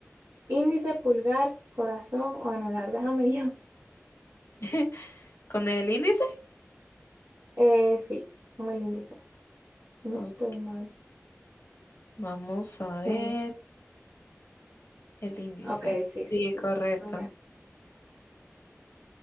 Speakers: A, on the right; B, on the left.
A: ¿Índice, pulgar, corazón o anular? Déjame yo.
B: <laughs> ¿Con el índice?
A: Eh, sí, con el índice, si no
B: Ok,
A: estoy mal.
B: vamos a ver
A: Sí.
B: el índice.
A: Ok, sí,
B: Sí,
A: sí, sí.
B: correcto.
A: sí. Muy bien.